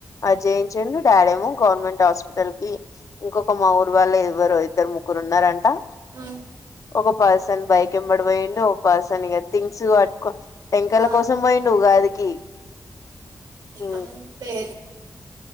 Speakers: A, on the left; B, on the right.
A: అ జయించేడు డాడేమో గవర్నమెంట్ హాస్పిటల్ కి ఇంకొక మా ఊరు వాళ్ళ ఎవ్వరు ఇద్దరు ముగ్గురు ఉన్నారంట
B: ఆ
A: ఒక పర్సన్ బైక్ ఇంబడి పోయిడి ఒక పర్సన్ ఇక థింగ్స్ కట్టుకో టంకయల
B: ఆహా
A: కోసం పోయిడి ఉగాదికి ఉమ్
B: ఆపే